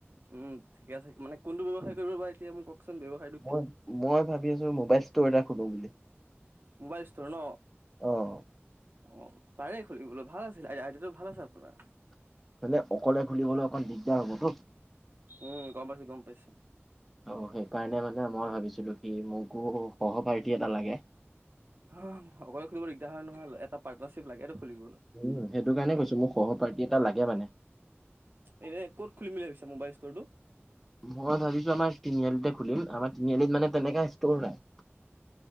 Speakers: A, on the right; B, in the centre.
A: উম, ঠিকে আছে মানে কোনটো ব্যৱসায় কৰিবা বা এতিয়া মোক কওঁক। দেৱ হয় <inaudible>
B: মই মই ভাবি আছোঁ মোবাইল ষ্ট'ৰ এটা খোলোঁ বুলি।
A: মোবাইল ষ্টৰ ন
B: অঁ',
A: অ', পাৰে খুলিব'লে ভাল আছিল আইডিয়াটো ভাল আছে আপোনাৰ।
B: মানে, অকলে খুলিবলৈ অকণ দিগদাৰ হ'বতো
A: উম, গম পাইছোঁ গম পাইছোঁ।
B: আৰু সেইকাৰণে মানে মই ভাবিছিলোঁ কি, মোকো সহপাৰ্থী এটা লাগে।
A: অ', অকলে খুলিব দিগদাৰ হয় নহয় এটা পাৰ্টনাৰশ্বিপ লাগেটো খুলিবলৈ।
B: উম, সেইটো কাৰণে কৈছো মোক সহ পাৰ্টি এটা লাগে মানে।
A: এনে ক'ত খুলিম বুলি ভাবিছাঁ মোবাইল ষ্টৰটো?
B: মই ভাবিছোঁ আমাৰ তিনিআলিতে খুলিম, আমাৰ তিনিআলিত মানে তেনেকা ষ্ট'ৰ নাই।